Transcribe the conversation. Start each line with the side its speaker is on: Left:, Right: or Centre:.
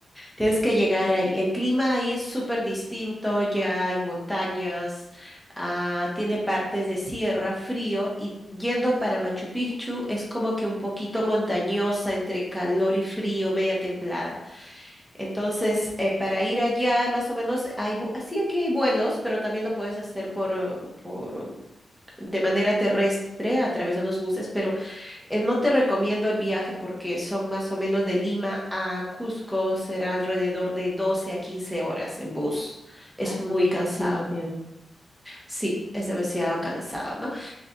Centre: Tienes que llegar ahí. El clima ahí es súper distinto, ya hay montañas, ah, tiene partes de sierra, frío, y yendo para Machu Picchu es como que un poquito montañosa entre calor y frío, media templada. Entonces, eh, para ir allá, más o menos, hay, vu- ah, sí, aquí hay vuelos, pero también lo puedes hacer por, eh, por, eh, de manera terrestre a través de los buses, pero eh, No te recomiendo el viaje porque son más o menos de Lima a Cusco, será alrededor de 12 a 15 horas en bus.
Left: <laughs>
Centre: Es
Left: Hace
Centre: muy
Left: muchísimo
Centre: cansado.
Left: tiempo.
Centre: Sí, es demasiado cansado, ¿no?